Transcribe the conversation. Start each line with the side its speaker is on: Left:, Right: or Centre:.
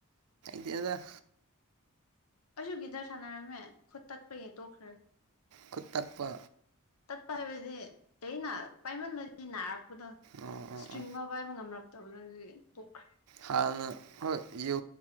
Right: ꯀꯩꯗ
Left: ꯑꯩꯁꯨ ꯒꯤꯗꯔ ꯁꯥꯟꯅꯔꯝꯃꯦ ꯈꯨꯠ ꯇꯠꯄ ꯌꯦ ꯇꯣꯛꯈ꯭ꯔꯦ
Right: ꯀꯨꯇꯠꯄ
Left: ꯇꯠꯄ ꯍꯥꯏꯕꯗꯤ ꯑꯩꯅ ꯄꯥꯏꯃꯜꯂꯗꯤ ꯅꯥꯔꯛꯄꯗꯣ
Right: ꯑꯣ ꯑꯣ
Left: ꯏꯁꯇ꯭ꯔꯤꯡ
Right: ꯑꯣ
Left: ꯐꯥꯎ ꯄꯥꯏꯕ ꯉꯝꯔꯛꯇꯕꯗꯒꯤꯣꯛꯈ꯭ꯔꯦ
Right: ꯍꯥꯟꯅ ꯍ ꯌ